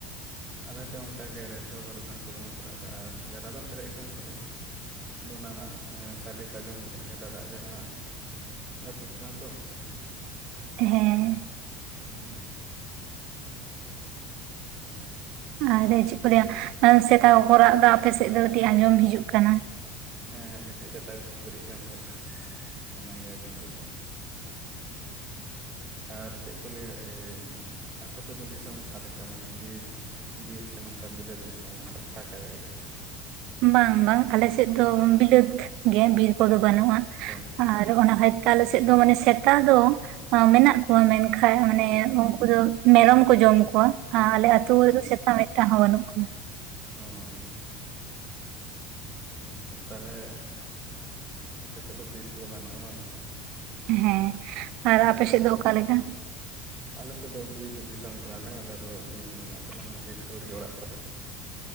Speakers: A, on the right; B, on the right.
A: ᱟᱞᱮ ᱥᱮᱜ ᱦᱚᱸ ᱚᱱᱠᱟᱹ ᱜᱮ ᱨᱮᱴᱚ ᱵᱟᱨᱩᱰᱟᱝ ᱠᱚ ᱫᱚᱢᱮ ᱠᱚ ᱨᱟᱜ ᱮᱫᱟ ᱟᱨ ᱜᱟᱰᱟ ᱫᱚ ᱯᱮᱨᱮᱡ ᱟᱠᱟᱱ ᱛᱟᱞᱮᱭᱟᱹ ᱚᱱᱟ ᱱᱟᱜ ᱥᱟᱰᱮ ᱠᱚ ᱟᱸᱡᱚᱢ ᱦᱤᱡᱩᱜ ᱠᱟᱱᱟ ᱜᱟᱰᱟ ᱫᱟᱜ ᱡᱟᱦᱟᱸ ᱟᱹᱛᱩᱜ ᱠᱟᱱᱟᱹ ᱛᱚ᱾
B: ᱦᱮᱸ
A: ᱦᱩᱸᱜ-ᱩᱸ ᱟᱨ <inaudible>
B: ᱟᱼᱨᱮ ᱪᱮᱫ ᱠᱚ ᱞᱟᱹᱭᱟ ᱥᱮᱛᱟ ᱠᱚᱠᱚ ᱨᱟᱜ ᱮᱫᱚ ᱟᱯᱮ ᱥᱮᱫ ᱫᱚ ᱠᱟᱹᱴᱤᱡ ᱟᱸᱡᱚᱢ ᱦᱤᱡᱩᱜ ᱠᱟᱱᱟᱹ
A: ᱦᱮᱸ ᱦᱮᱸ ᱠᱟᱹᱴᱤᱡ ᱥᱮᱛᱟ ᱠᱚ ᱠᱷᱩᱯᱟᱹᱨᱤᱜ ᱠᱟᱱ ᱛᱟᱦᱮᱱᱟᱹ ᱚᱱᱟ ᱜᱮ ᱟᱸᱡᱚᱢ ᱦᱤᱡᱩᱜ ᱠᱟᱱᱟᱹ ᱟᱨ ᱪᱮᱫ ᱠᱚ ᱞᱟᱹᱭᱟ ᱮᱻ ᱟᱯᱮᱥᱮᱫ ᱫᱚ ᱫᱤᱥᱚᱢ ᱚᱠᱟ ᱞᱮᱠᱟ ᱢᱟᱱᱮ ᱵᱤᱨ ᱵᱤᱨ ᱥᱮ ᱱᱚᱝᱠᱟ ᱵᱤᱞᱟᱹᱛ ᱫᱤᱥᱚᱢ ᱞᱮᱠᱟ ᱯᱷᱟᱸᱠᱟ ᱡᱟᱭᱜᱟ
B: ᱵᱟᱝ ᱵᱟᱝ ᱟᱞᱮᱥᱮᱫ ᱫᱚ ᱵᱤᱞᱟᱹᱛ ᱜᱮᱭᱟ. ᱵᱤᱨ ᱠᱚ ᱫᱚ ᱵᱟᱹᱱᱩᱜᱼᱟ
A: ᱟᱪᱪᱷᱟ ᱟᱪᱪᱷᱟ
B: ᱟᱨ ᱚᱱᱟ <unintelligible> ᱟᱞᱮ ᱥᱮᱫ ᱫᱚ ᱢᱟᱱᱮ ᱥᱮᱛᱟ ᱫᱚ ᱢᱮᱱᱟᱼᱜ ᱠᱚᱣᱟ ᱢᱮᱱ ᱠᱷᱟᱡ ᱢᱟᱱᱮ
A: ᱦᱩᱸ ᱦᱩᱸ
B: ᱯᱩᱨᱟ. ᱢᱮᱨᱚᱢ ᱠᱚ ᱡᱚᱢ ᱠᱚᱣᱟ ᱟᱨ ᱟᱞᱮ ᱟ. ᱛᱩ ᱨᱮ ᱫᱚ ᱥᱮᱛᱟ ᱢᱤᱫᱴᱟᱝ ᱦᱚᱸ ᱵᱟᱹᱱᱩᱜ ᱠᱚᱣᱟ
A: ᱚᱼᱚᱸ <inaudible> ᱟᱼᱪᱷᱟ ᱛᱟᱦᱚᱞᱮ ᱟᱯᱮ ᱥᱮᱫ ᱫᱚ ᱵᱤᱨ ᱠᱳ ᱫᱳ ᱵᱟᱹᱱᱩᱜᱼᱟ ᱵᱟᱝ
B: ᱦᱮᱸ ᱟᱨ
A: ᱛᱟᱦᱚᱞᱮ
B: ᱟᱯᱮ ᱥᱮᱫ ᱫᱚ ᱚᱠᱟ <inaudible>
A: ᱟᱞᱮ ᱥᱮᱫ ᱫᱚ ᱵᱤᱨ ᱫᱤᱥᱚᱢ ᱠᱟᱱᱟ ᱞᱮ ᱟᱞᱮ ᱫᱚ ᱵᱤᱨ ᱢᱮᱱᱟᱜ ᱛᱟᱞᱮᱭᱟ ᱢᱟᱱᱮ ᱵᱤᱨ ᱥᱩᱨ ᱨᱮᱜᱮ ᱚᱲᱟᱜ ᱛᱟᱞᱮ